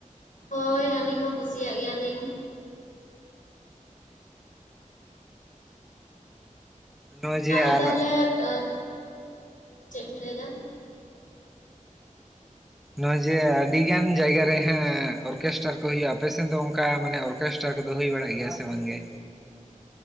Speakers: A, on the left; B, in the centre.
A: ᱦᱳᱭ ᱟᱹᱞᱤᱧ ᱦᱚᱸ ᱠᱩᱥᱤᱭᱟᱜ ᱜᱮᱭᱟᱞᱤᱧ᱾
B: ᱱᱚᱜᱼᱚᱭ ᱡᱮ
A: ᱚᱸ ᱟᱫᱚ
B: ᱟᱨ
A: ᱛᱟᱦᱚᱞᱮ ᱟᱸ ᱪᱮᱫ ᱵᱤᱱ ᱞᱟᱹᱭ ᱫᱟ?
B: ᱱᱚᱭ ᱡᱮ ᱟᱹᱰᱤ ᱜᱟᱱ ᱡᱟᱭᱜᱟ ᱨᱮ ᱦᱟᱸᱜ ᱚᱨᱠᱮᱥᱴᱟᱨ ᱠᱚ ᱦᱩᱭᱩᱜᱼᱟ, ᱟᱯᱮᱥᱮᱱ ᱫᱚ ᱚᱱᱠᱟ ᱢᱟᱱᱮ ᱚᱨ ᱠᱮᱥᱴᱟᱨ ᱠᱚᱫᱚ ᱦᱩᱭ ᱵᱟᱲᱟᱜ ᱜᱮᱭᱟ ᱥᱮ ᱵᱟᱝᱜᱮ?